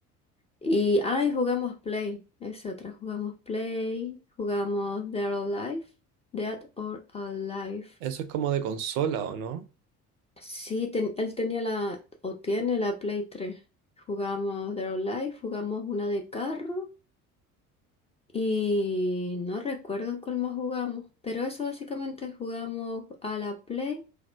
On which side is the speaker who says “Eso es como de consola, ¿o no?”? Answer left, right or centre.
Right